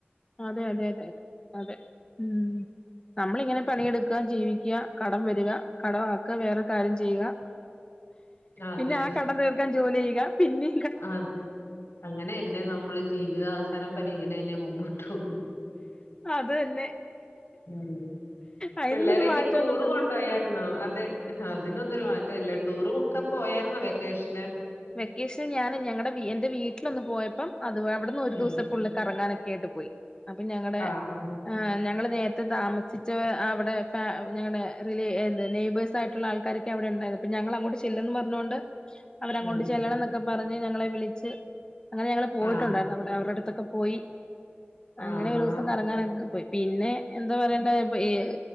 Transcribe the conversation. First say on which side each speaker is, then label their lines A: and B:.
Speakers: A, on the left; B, on the left.
A: അതെ അതെ അതെ അതെ അതെ ഉം നമ്മളിങ്ങനെ പണിയെടുക്ക ജീവിക്ക കടം വര്ക കട ആക്ക വേറൊരു കാര്യം ചെയ്യുക
B: അതെ
A: പിന്നെ ആഹ് കടം തീർക്കാൻ ജോലി ചെയ്യുക പിന്നെ
B: അത് അങ്ങനെ എന്നെ നമ്മള് ജീവിതാവസാനം വരെ ഇങ്ങനെ എന്നെ മുമ്പോട്ട് പോകുള്ളൂ
A: അത് തന്നെ
B: ഊ
A: അതിനൊന്നൊരു
B: പിള്ളേരൊക്കെ
A: മാറ്റമൊന്നും
B: ടൂറ്
A: ഉണ്ടത്
B: കൊണ്ടുപോയായിരുന്നോ, അതെ അതിനൊന്നുംരു മാറ്റം ഇല്ല ടൂർഒക്കെ പോയാരുന്നോ വെക്കേഷന്
A: വെക്കേഷൻ ഞാൻ ഞങ്ങളടെ എന്റെ വീട്ടിലൊന്ന് പോയപ്പം അത് അവിടുന്ന് ഒരു
B: ഉം
A: ദിവസം ഫുള്ള് കറങ്ങാനൊക്കെ ആയിട്ട് പോയി അപ്പൊ ഞങ്ങടെ
B: ആഹാ.
A: ഞങ്ങള് നേരത്തെ താമസിച്ച അവിടെ ഞങ്ങളുടെ റില് എത്- നെയബേഴ്സ് ആയിട്ടുള്ള ആൾക്കാരൊക്കെ അവിടെ ഉണ്ടായിരുന്നു അപ്പൊ ഞങ്ങൾ അങ്ങോട്ട് ചെല്ലുംന്ന് പറഞ്ഞോണ്ട് അവരങ്ങോട്ട്
B: ഉം
A: ചെല്ലണം
B: ഉം.
A: ക്കെ പറഞ്ഞ് ഞങ്ങളെ വിളിച്ച് അങ്ങനെ ഞങ്ങള് പോയിട്ടുണ്ടായിരുന്നു
B: ആഹ്.
A: അവ്ടെ അവരുടെ അടുത്തൊക്കെ പോയി
B: ആഹ്
A: അങ്ങനെ ഒരു
B: ആഹ്.
A: ദിവസം കറങ്ങാനൊക്ക പോയി പിന്നെ എന്താ പറയണ്ടെ ഏഹ്